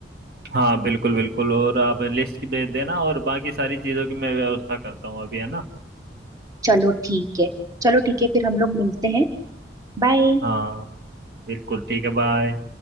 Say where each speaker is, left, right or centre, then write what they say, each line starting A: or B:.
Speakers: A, on the right; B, on the right.
A: हाँ बिल्कुल बिल्कुल और आप लिस्ट की भेज देना और बाकी सारी चीजों की मैं व्यवस्था करता हूँ अभी है ना
B: चलो ठीक है चलो ठीक है फिर हम लोग मिलते हैं बाय
A: हाँ बिल्कुल ठीक है बाय